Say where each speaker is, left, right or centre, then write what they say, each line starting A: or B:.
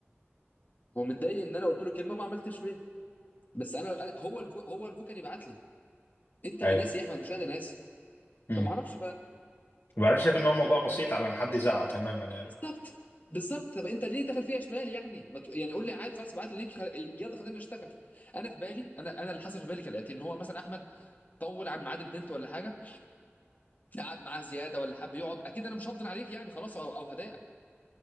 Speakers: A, on the left; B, on the left.
A: هو متضايق ان انا قلت له كلمه ما عملتش بيها بس انا أنا- هو المفروض هو المفروض كان يبعت لي انت
B: ايوه
A: اللي ناسي يا احمد مش انا اللي ناسي
B: امم
A: فما اعرفش
B: وبعدين شايف ان هو موضوع بسيط على ان حد يزعق تماما يعني
A: بالظبط بالظبط طب انت ليه دخل فيها شمال يعني ما ت... يعني قول لي عادي خلاص ابعت لي اللينك خل... يلا خلينا نشتغل انا في بالي انا انا اللي حصل في بالي كالاتي ان هو مثلا احمد طول عن ميعاد البنت ولا حاجه قعد معاها زياده ولا حب يقعد اكيد انا مش هفضل عليك يعني خلاص او او هضايقك